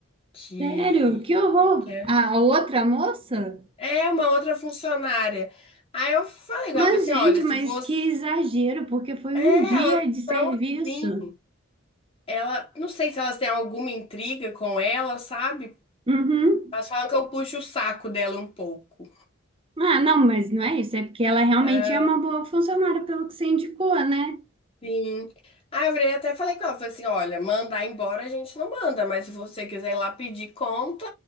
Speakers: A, on the left (about 25°); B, on the right (about 25°).
A: Que,
B: Sério? Que horror!
A: que é
B: A outra moça?
A: é uma outra funcionária. Aí eu falei igual
B: Mas,
A: você,
B: gente,
A: olha, se
B: mas
A: você.
B: que exagero, porque foi
A: É,
B: um dia
A: elas
B: de serviço.
A: são assim. Ela, não sei se elas têm alguma intriga com ela, sabe?
B: Uhum.
A: Elas falam que eu puxo o saco dela um pouco.
B: Ah, não, mas não é isso. É porque ela realmente
A: Ah,
B: é uma boa funcionária, pelo que você indicou, né?
A: Sim. Ah, eu virei até falei com ela, falei assim, olha, mandar embora a gente não manda, mas se você quiser ir lá pedir conta,